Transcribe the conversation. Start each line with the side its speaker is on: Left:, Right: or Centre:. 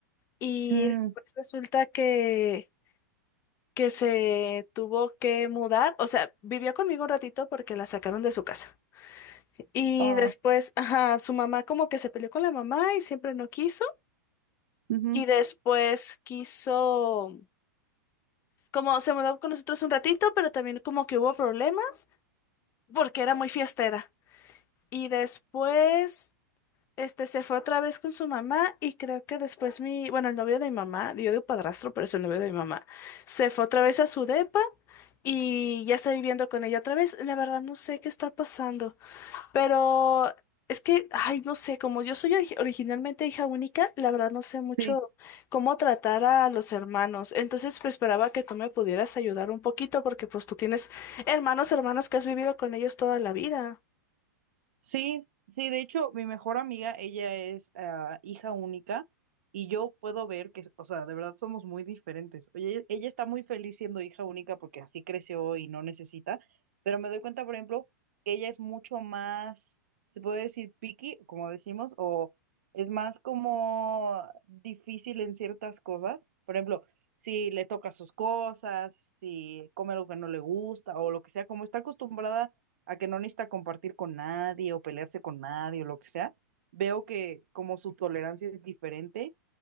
Left: y
Right: mm,
Left: después resulta que, que se tuvo que mudar, o sea, vivió conmigo un ratito porque la sacaron de su casa. Y
Right: oh,
Left: después, ajá, su mamá como que se peleó con la mamá y siempre no quiso.
Right: Ujú.
Left: Y después quiso, como se mudó con nosotros un ratito, pero también como que hubo problemas porque era muy fiestera. Y después Este se fue otra vez con su mamá y creo que después mi, bueno, el novio de mi mamá, yo digo padrastro, pero es el novio de mi mamá, se fue otra vez a su depa y ya está viviendo con ella otra vez. La verdad no sé qué está pasando, pero es que, ay, no sé, como yo soy ori- originalmente hija única, la verdad no sé mucho
Right: sí.
Left: cómo tratar a los hermanos. Entonces, pues esperaba que tú me pudieras ayudar un poquito porque pues tú tienes hermanos, hermanos que has vivido con ellos toda la vida.
Right: Sí, sí, de hecho, mi mejor amiga, ella es ah, hija única y yo puedo ver que, o sea, de verdad somos muy diferentes. Oye, ella está muy feliz siendo hija única porque así creció y no necesita, pero me doy cuenta, por ejemplo, que ella es mucho más, se puede decir picky, como decimos, o es más como difícil en ciertas cosas. Por ejemplo, si le toca sus cosas, si come algo que no le gusta o lo que sea, como está acostumbrada a que no necesita compartir con nadie o pelearse con nadie o lo que sea, veo que como su tolerancia es diferente.